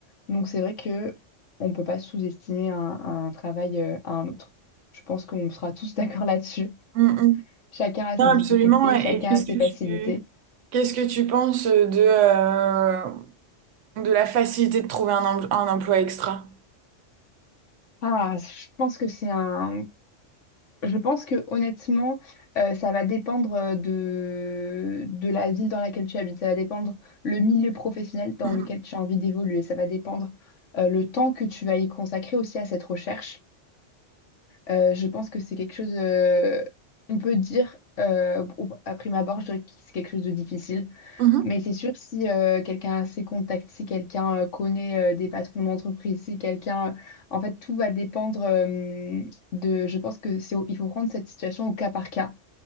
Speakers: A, on the left; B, on the right.
A: Donc, c'est vrai que on ne peut pas sous-estimer un, un travail euh, à un autre. Je pense qu'on sera tous <laughs> d'accord là-dessus.
B: Mm, mm.
A: Chacun a ses
B: Non,
A: difficultés,
B: absolument. Et
A: chacun
B: qu'est-ce
A: a ses
B: que
A: facilités.
B: tu, qu'est-ce que tu penses de, euh, de la facilité de trouver un, em- un emploi extra?
A: Ah, je pense que c'est un. Je pense que honnêtement, euh, ça va dépendre euh, de... de la ville dans laquelle tu habites. Ça va dépendre le milieu professionnel dans
B: Mhm.
A: lequel tu as envie d'évoluer. Ça va dépendre euh, le temps que tu vas y consacrer aussi à cette recherche. Euh, je pense que c'est quelque chose. euh, On peut dire, euh, au- à prime abord, je dirais que c'est quelque chose de difficile.
B: Mhm.
A: Mais c'est sûr, si euh, quelqu'un a ses contacts, si quelqu'un euh, connaît euh, des patrons d'entreprise, si quelqu'un... euh, En fait, tout va dépendre euh, de... Je pense que c'est au- il faut prendre cette situation au cas par cas.